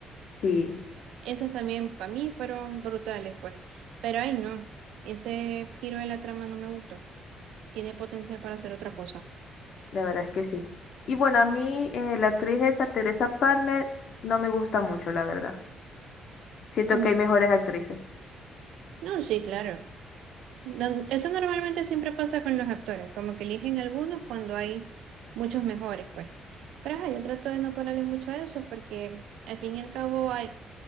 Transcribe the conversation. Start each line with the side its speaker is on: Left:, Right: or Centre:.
Left: sí,
Right: Esos también para mí fueron brutales, pues. Pero ay, no, ese giro de la trama no me gustó. Tiene potencial para hacer otra cosa.
Left: la verdad es que sí. Y bueno, a mí eh, la actriz esa, Teresa Palmer, no me gusta mucho, la verdad. Siento
Right: Mm.
Left: que hay mejores actrices,
Right: No, sí, claro. Don- Eso normalmente siempre pasa con los actores, como que eligen algunos cuando hay muchos mejores, pues. Pero ajá, yo trato de no pararle mucho a eso porque al fin y al cabo hay,